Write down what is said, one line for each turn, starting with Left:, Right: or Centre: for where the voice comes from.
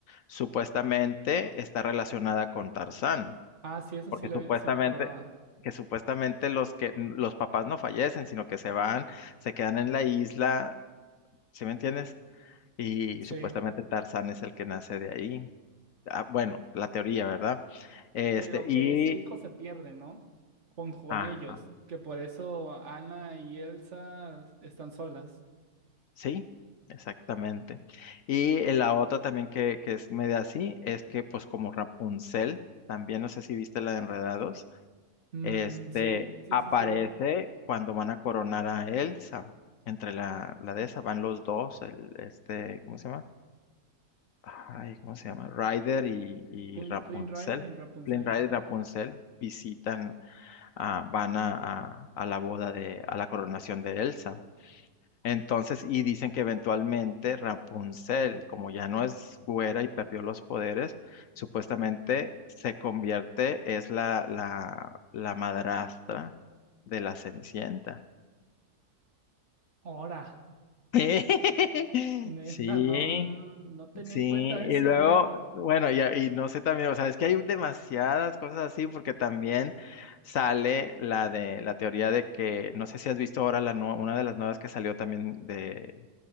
Left: supuestamente está relacionada con Tarzán,
Right: Ah, sí, eso
Left: porque
Right: sí, le-
Left: supuestamente,
Right: sí me acordaba.
Left: que supuestamente los que los papás no fallecen, sino que se van se quedan en la isla ¿sí me entiendes? Y
Right: Sí.
Left: supuestamente Tarzán es el que nace de ahí. Ah, bueno, la teoría, ¿verdad? Este,
Right: Pero
Left: y,
Right: que ese hijo se pierde, ¿no? Con, con
Left: ajá,
Right: ellos. Que por eso Ana y Elsa están solas.
Left: sí, exactamente. Y eh, la otra también que, que es media así es que, pues, como Rapunzel, también no sé si viste la de Enredados,
Right: Mm,
Left: este,
Right: sí, sí,
Left: aparece
Right: sí, sí, lo vi.
Left: cuando van a coronar a Elsa. Entre la, la de esa van los dos, el, este, ¿cómo se llama? ay, ¿cómo se llama? Ryder y, y
Right: Flynn,
Left: Rapunzel,
Right: Flynn Rider y Rapunzel.
Left: Flynn Rider y Rapunzel visitan, ah, van a, a- a la boda de, a la coronación de Elsa. Entonces, y dicen que eventualmente Rapunzel, como ya no es güera y perdió los poderes, supuestamente se convierte, es la, la, la madrastra de la Cenicienta.
Right: Ahora,
Left: <laughs>
Right: neta,
Left: Sí,
Right: no, no, no tenía
Left: Sí,
Right: en
Left: y
Right: cuenta eso,
Left: luego,
Right: fíjate.
Left: bueno, ya, y no sé también, o sea, es que hay demasiadas cosas así, porque también sale la de la teoría de que, no sé si has visto ahora la nue- una de las nuevas que salió también de,